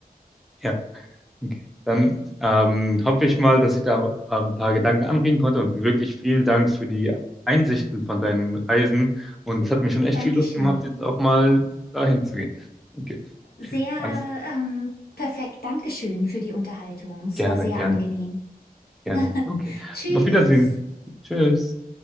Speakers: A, in the centre; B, on the left.
A: ja. Okay. Dann ähm, hoffe ich mal, dass ich da ähm, ein paar Gedanken anregen konnte und wirklich vielen Dank für die Einsichten von deinen Reisen. Und das hat mir schon echt
B: Dankeschön.
A: viel Lust gemacht, jetzt auch mal dahin zu gehen. Okay,
B: Sehr
A: alles
B: ähm, perfekt. Dankeschön für die Unterhaltung. Es
A: gerne,
B: war sehr
A: gerne,
B: angenehm.
A: gerne.
B: <laughs>
A: Okay,
B: Tschüss.
A: auf Wiedersehen. Tschüss.